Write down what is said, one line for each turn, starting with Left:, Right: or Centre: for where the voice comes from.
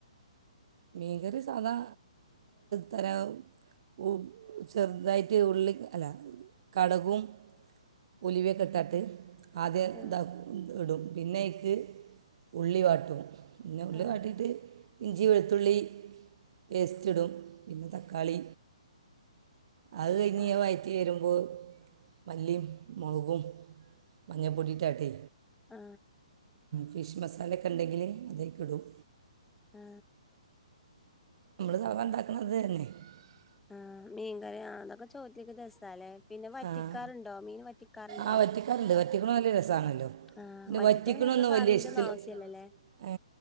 Right: മീൻ കറി സാധാ തരോ ഉ ചെറുതായിട്ട് ഉള്ളി അല്ല കടകും ഉലുവയൊക്ക ഇട്ടാട്ട് ആദ്യം
Centre: ആ
Right: താക്കും ഇടും പിന്നെ ട്ട് ഉള്ളി വാട്ടും പിന്നെ
Centre: ആ
Right: ഉള്ളി വാട്ടിട്ട് ഇഞ്ചിവെള് ത്തുള്ളി പേസ്റ്റിടും പിന്നെ തക്കാളി അത് കയിഞ്ഞ്
Centre: ആ
Right: വയറ്റി വരുമ്പോ മല്ലിയും മുളകും മഞ്ഞൾപ്പൊടിട്ടാട്ടേ
Centre: ആ
Right: ഫിഷ് മസാലക്കെ ഉണ്ടെങ്കിലെ അതൊക്കെടും
Centre: ആ
Right: <inaudible>
Centre: ആ മീൻകറിയ അതൊക്കെ ചോറ്റിക്കെ രസല്ലേ പിന്നെ വറ്റിക്കാർണ്ടോ
Right: ആ
Centre: മീൻ വറ്റിക്കാറുണ്ടോ
Right: ആ വറ്റിക്കാറുണ്ട് വറ്റിക്കണ നല്ല രസമാണല്ലോ
Centre: ആ
Right: പിന്നെ
Centre: വറ്റിച്ചാന്നെ
Right: വറ്റിക്കണൊന്നും
Centre: നിങ്ങക്ക് കറിണ്ടന്നും
Right: വലിയ ഇഷ്ടമില്ല
Centre: ആവശ്യല്ലല്ലേ
Right: ഏ